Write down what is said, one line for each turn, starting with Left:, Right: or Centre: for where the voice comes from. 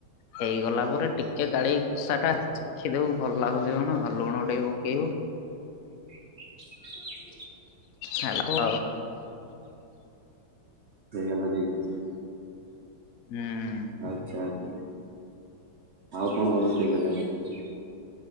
Left: ହେଇଗଲା ପରେ ଟିକେ କାଢିକି କୁଷା ଟା ଚାଖି ଦବୁ ଭଲ ଲାଗୁଛି କଣ ଲୁଣ ଟିକେ ପକେଇବୁ।
Right: ହ
Left: ହାଲୋ।
Right: ନେଇଗଲା ଦେଇକି
Left: ହୁଁ।
Right: ଆଚ୍ଛା ଆଚ୍ଛା ଆଉ କଣ କଣ ରୋଷେଇ କରି ଆସେ?